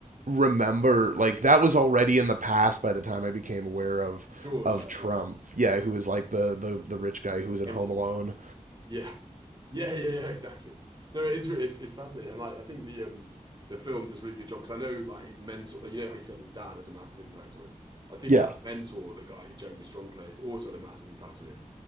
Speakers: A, on the right; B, on the right.
A: remember like that was already in the past by the time I became aware of
B: Sure.
A: of
B: Yeah.
A: Trump.
B: Yeah.
A: Yeah, who was like the the the rich guy who was in
B: Apprentice
A: Home Alone.
B: guy. Yeah. Yeah, yeah, yeah, exactly. No, it is re- it's, it's fascinating, and like I think the um the film does a really good job because I know like his mentor, like, you know how he said his dad had a massive impact on him. I think
A: Yeah.
B: that mentor, the guy who Jeremy Strong plays, also had a massive impact on him